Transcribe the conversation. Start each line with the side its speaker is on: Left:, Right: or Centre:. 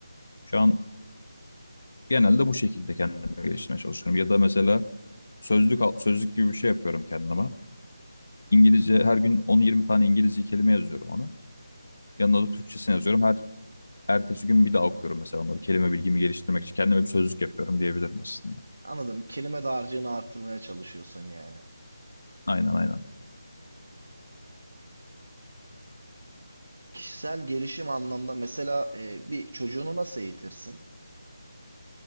Left: Şu an genelde bu şekilde kendimi geliştirmeye çalışıyorum. Ya da mesela sözlük al- sözlük gibi bir şey yapıyorum kendime. İngilizce her gün on yirmi tane İngilizce kelime yazıyorum ona. Yanına da Türkçesini yazıyorum. Her ertesi gün bir daha okuyorum mesela onları. Kelime bilgimi geliştirmek için kendime bir sözlük yapıyorum diyebilirim aslında.
Right: Anladım. Kelime dağarcığını artırmaya çalışıyorsun yani.
Left: Aynen aynen.
Right: Kişisel gelişim anlamda mesela e, bir çocuğunu nasıl eğitirsin?